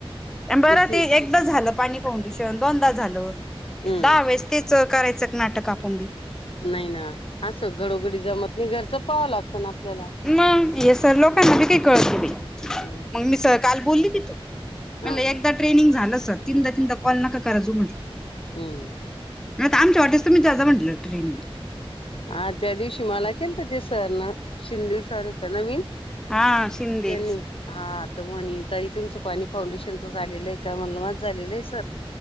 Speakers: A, in the centre; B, on the left.
A: बरं
B: ती
A: ते एकदा झालं पाणी पाहून भुषण दोनदा झालं,
B: हम्म
A: दहा वेळेस तेच करायचं का नाटक आपण बी.
B: नाही ना,, असं घडोघडी जमत नाही, घरचं पाहावं लागतं ना आपल्याला.
A: मंग,, हे सर लोकांना
B: हम्म,
A: बी काही कळत नाही बई,,
B: हम्म.
A: मग मी स काल बोलली तीत
B: हो
A: म्हणलं
B: का
A: एकदा ट्रेनिंग झालं सर,, तीनदा तीनदा कॉल नका करा जू म्हटलं.
B: हम्म.
A: आता आमच्या वाटणीच तुम्हीच जात जा म्हणलं, ट्रेनिंग
B: हा त्या दिवशी मला केलतं त्या सरनं,, शिंदे सर आहे का नवीन.?
A: हा शिंदेच.
B: त्यांनी हा, तर म्हनी ताई तुमचं पाणी फाउंडेशनचं झालेलं आहे का,, म्हणलं माझं झालेलंय सर.